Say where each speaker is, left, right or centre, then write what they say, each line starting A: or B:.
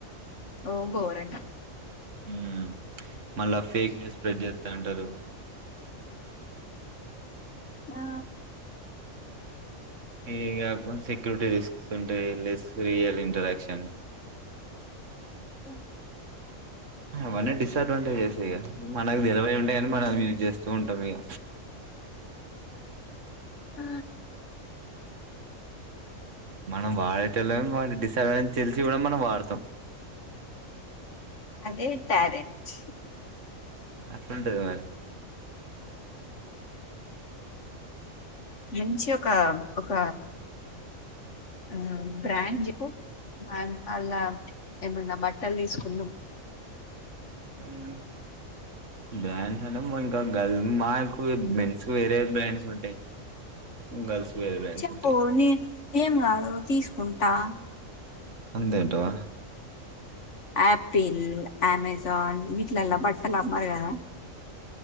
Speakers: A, on the left; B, on the right.
A: ఓ గోరంగా
B: ఉమ్ మళ్ళా ఫేక్ న్యూస్ స్ప్రెడ్ చేస్తా అంటారు
A: ఆ
B: ఇగ అకౌంట్ సెక్యూరిటీ రిస్క్స్ ఉంటాయిలెస్ రియల్ ఇంట్రడక్షన్
A: ఏ
B: అవన్నీ డిస్డ్వాంటేజెస్ ఇగ మనకు తెలవై ఉంటేయి కాని మనం యూజ్ చేస్తూ ఉంటాం ఇగ
A: ఆ
B: మనం వాడేటోల్లం వాటి డిసడ్వంటేజ్ అని తెలిసి కూడా మనం వాడతాం
A: అదే ట్యాలెంట్
B: అట్లుంటాది మరి
A: మంచి ఒక ఒక ఆ బ్రాండ్ చెప్పు మ అలా ఏమన్నా బట్టలు తీసుకుందం
B: ఉమ్ బ్రాండ్స్ అంటే ఇంకా గల్ మాకు మెన్స్ వేరే బ్రాండ్స్ ఉంటాయి గర్ల్స్ వేరే బ్రాండ్స్
A: చెప్పు
B: ఉంటాయి
A: నీ ఏం కాదు తీసుకుంటా
B: అంతే అంటావా
A: ఆపిల్ అమెజాన్ విట్లాళ్ళ బట్టలు అమ్మరు కదా